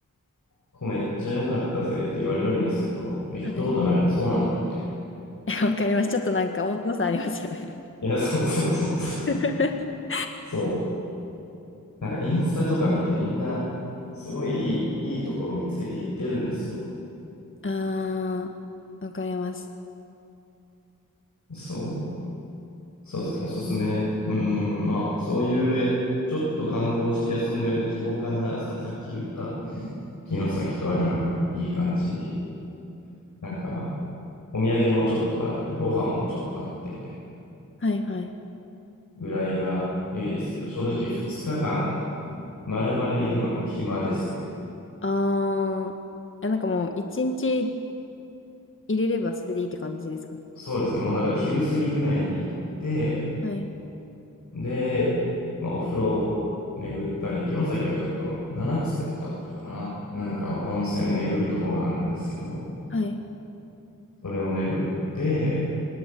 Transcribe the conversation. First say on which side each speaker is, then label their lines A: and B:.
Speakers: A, on the left; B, on the left.
A: ここめっちゃ良かったぜって言われるんですけど、行ったことないの、
B: はい。
A: そうなんだ、みたい
B: <laughs> わかります。ちょっとなんか温度差ありますよね。
A: な。いや、そうそうそうそう。
B: <laughs>
A: そう。なんかインスタとか見てみんなすごいいい、いいところ見つけていってるんですよ。
B: ああ、わかります。
A: そう。そうですね。おすすめ。うん。まあ、そういうや、ちょっと観光して休むぐらいの規模感なら、そのさっき言った城崎と有馬がいい感じ。なんか、お土産もちょっとあって、ご飯もちょっとあってみたいな
B: はいはい。
A: ぐらいが良いですけど、正直2日間丸々いるのはもう暇ですね。
B: ああ、え、なんかもう一日入れればそれでいいって感じですかね。
A: そうですね。もうだから昼過ぎぐらいに行って、
B: はい。
A: で、まあ、お風呂巡ったり、城崎はちょっと7つだったかな。なんか温泉巡るとこがあるんですけど、
B: はい。
A: それを巡って、